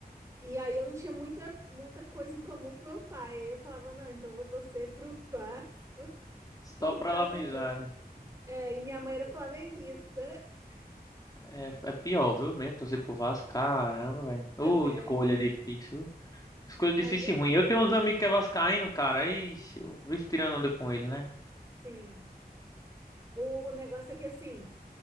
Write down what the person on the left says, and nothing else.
Só
pra
laminizar,
né?
É, é pior, viu? Mesmo torcer pro Vasco, caramba, velho. Ô,
escolha difícil. viu? Escolha
difícil e ruim. Eu tenho uns amigos que é vascaíno, cara. Aí eu vivo tirando onda com eles, né?